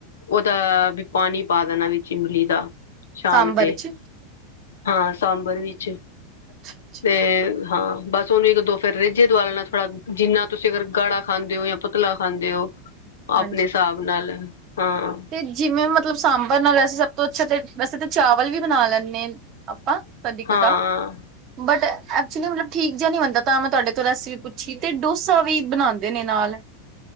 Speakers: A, on the left; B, on the right.
A: ਔਹਦਾ ਵੀ ਪਾਣੀ ਪਾ ਦੇਣਾ ਵਿਚ ਇਮਲੀ ਦਾ ਛਾਨ
B: ਸਾਂਬਰ
A: ਕੇ,
B: ਚ
A: ਹਾਂ ਸਾਂਬਰ ਵਿੱਚ
B: ਅੱਛਾ, ਅੱਛਾ,
A: ਤੇ ਹਾਂ ਬਸ। ਤੇ ਔਹਨੂੰ ਇੱਕ ਦੋ ਫੇਰ ਰੇਝੇ ਦਵਾ ਲੈਣਾ ਥੋੜਾ ਜਿੰਨਾ ਤੁਸੀਂ ਅਗਰ ਗਾੜਾ ਖਾਂਦੇ ਹੋ ਜਾਂ ਪਤਲਾ ਖਾਂਦੇ ਹੋ।
B: ਹਾਂਜੀ।
A: ਆਪਣੇ ਹਿਸਾਬ ਨਾਲ ਹਾਂ।
B: ਤੇ ਜਿਵੇਂ ਮਤਲਬ ਸਾਂਬਰ ਨਾਲ ਵੈਸੇ ਸਭ ਤੋਂ ਅੱਛਾ ਤੇ ਵੈਸੇ ਤਾਂ ਚਾਵਲ ਵੀ ਬਣਾ ਲੈਂਦੇ ਹ ਆਪਾਂ ਕਦੀਕਦਾ
A: ਹਾਂ
B: <unintelligible> ਬਟ ਐਕਚੁਲੀ ਮਤਲੱਬ ਠੀਕ ਜੇ ਨ ਨਹੀਂ ਬਣਦਾ ਤਾਂ ਮੈਂ ਤੁਹਾਡੇ ਕੋਲ ਰੈਸਪੀ ਪੁੱਛੀ ਤੇ ਡੋਸਾ ਵੀ ਬਣਾਉਂਦੇ ਨੇ ਨਾਲ